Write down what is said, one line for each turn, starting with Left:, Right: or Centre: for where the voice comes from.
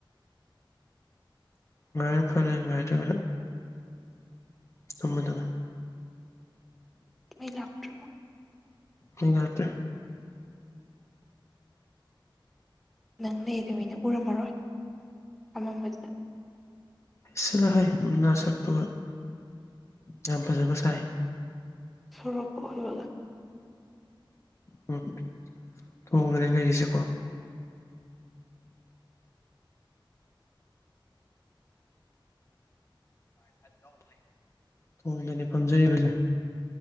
Left: ꯉꯥꯏꯔꯦ ꯐꯔꯦ ꯉꯥꯏꯗ꯭ꯔꯒꯅ ꯆꯨꯝꯃꯗꯕꯅꯤ
Centre: ꯃꯩ ꯂꯥꯛꯇ꯭ꯔꯕꯣ
Left: ꯈꫭꯏ ꯂꯥꯛꯇꯦ
Centre: ꯅꯪꯅꯦ ꯑꯗꯨꯃꯤꯅ ꯎꯔꯝꯃꯔꯣꯏ ꯑꯃꯝꯕꯗ
Left: ꯏꯁ ꯆꯜꯂꯍ ꯅꯁꯛꯇꯨꯒ ꯌꯥꯝ ꯐꯖꯕ ꯁꯥꯏ
Centre: ꯁꯣꯔꯣꯛꯄ ꯑꯣꯏꯕꯒꯦ
Left: ꯎꯝ ꯍꯣꯡꯈꯦ ꯂꯩꯔꯤꯁꯦꯀꯣ <inaudible> <unintelligible> ꯊꯣꯡꯗꯅꯤ ꯐꯝꯖꯔꯤꯕꯁꯦ